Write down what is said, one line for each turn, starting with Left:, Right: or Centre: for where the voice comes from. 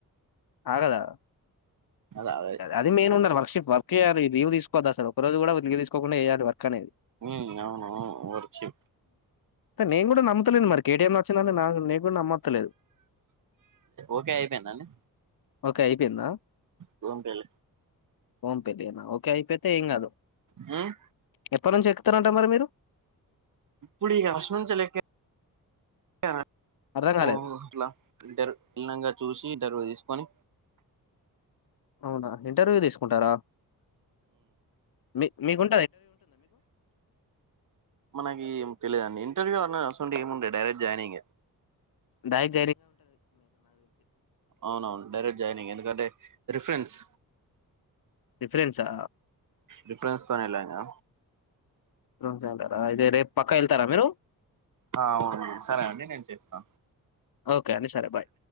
Left: ఆగదా
Right: అది ఆగదు
Left: అది మెయిన్ ఉన్నరు వర్క్షిప్ వర్క్ చేయాలి లీవ్ తీసుకోవద్దు అసలు. ఒక్క రోజు కూడా లీవ్ తీస్ తీసుకోకుండా చేయాలి వర్క్. అనేది.
Right: ఊ అవునువును వర్క్షిప్
Left: త నేను కూడా నమ్మతలేను మరి. కేటీఎంమచ్చిందంటే నా నేన్ కూడా నమ్మొత్త లేదు.
Right: ఓకే అయిపోయిందా అండి
Left: ఓకే అయిపోయిందా.
Right: ఫోన్ పే లే
Left: ఫోన్ పే లేనా ఓక్ కైపోతే ఏంగాదు.
Right: ఉమ్
Left: ఎప్పట్ నుంచి ఎక్కుతరంట మరి మీరు.
Right: ఇప్పుడిగా ఫస్టునుంచెల్ ఎక్కే అ
Left: అర్థం గాలేదు.
Right: ఓహ్ అట్ల ఇంటర్ <inaudible> నంగా చూసి ఇంటర్వ్యూ తీస్ పనీ
Left: అవునా ఇంటర్వ్యూ తీస్ కొంటాడా మీ మీకుం
Right: మనకేం తెలీదండి. ఇంటర్వ్యూ అన్న అసొంటియి ఏం ఉండయి డైరక్ట్ జాయినింగే.
Left: డైక్
Right: అవునవును డైరెక్ట్ జాయినింగ్. ఎందుకంటే రిఫరెన్స్
Left: రిఫరెన్సా?
Right: రిఫరెన్స్ తోనే అల్లోయింగా.
Left: <unintelligible> ఇదే రేప్ పక్కా ఎళ్తారా మీరు.
Right: ఆ అవును సరే అండి నేను చేస్తాను
Left: ఓకే అండి సరే బాయ్.